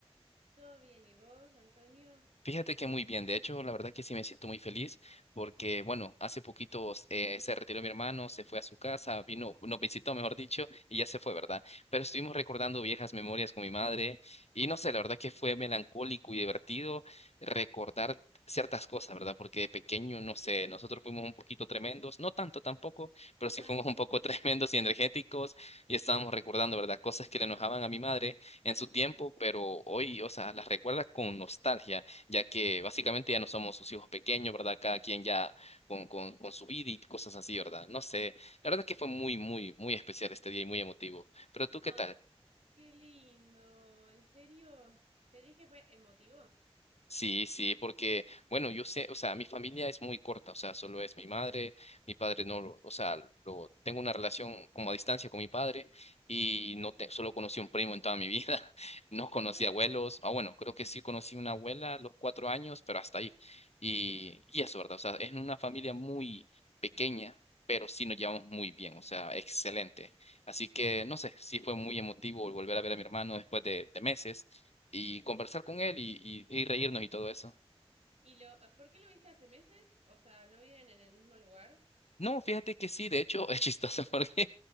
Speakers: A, on the right; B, on the left.
A: Todo bien, ¿y vos, Antonio?
B: Fíjate que muy bien, de hecho, la verdad que sí me siento muy feliz porque, bueno, hace poquito eh, se retiró mi hermano, se fue a su casa, vino, nos visitó, mejor dicho, y ya se fue, ¿verdad? Pero estuvimos recordando viejas memorias con mi madre y no sé, la verdad que fue melancólico y divertido recordar ciertas cosas, ¿verdad? Porque de pequeño, no sé, nosotros fuimos un poquito tremendos, no tanto tampoco, pero sí
A: Ah,
B: fuimos
A: sí.
B: un poco <laughs> tremendos y energéticos y estábamos recordando, ¿verdad? Cosas que le enojaban a mi madre en su tiempo, pero hoy, o sea, las recuerda con nostalgia ya que básicamente ya no somos sus hijos pequeños, ¿verdad? Cada quien ya con, con, con su vida y cosas así, ¿verdad? No sé, la verdad es que fue muy, muy, muy especial este día y muy emotivo. Pero tú, ¿qué
A: Ay,
B: tal?
A: qué lindo. ¿En serio? ¿Sentís que fue emotivo?
B: Sí, sí, porque, bueno, yo sé, o sea, mi familia es muy corta, o sea, solo es mi madre, mi padre no lo, o sea, lo, tengo una relación como a distancia con mi padre y no te, solo conocí un primo en toda mi vida, <laughs> no conocí
A: Ah,
B: abuelos, ah, bueno, creo que sí conocí una abuela a los cuatro años, pero hasta ahí. Y, y eso, ¿verdad? O sea, es una familia muy pequeña, pero sí nos llevamos muy bien, o sea, excelente. Así que, no sé, sí fue muy emotivo volver a ver a mi hermano después de, de meses y conversar
A: ah,
B: con
A: mira.
B: él y, y, y reírnos y todo eso.
A: ¿Y lo, por qué lo viste hace meses? O sea, ¿no viven en el mismo lugar?
B: No, fíjate que sí, de hecho es chistoso <laughs> porque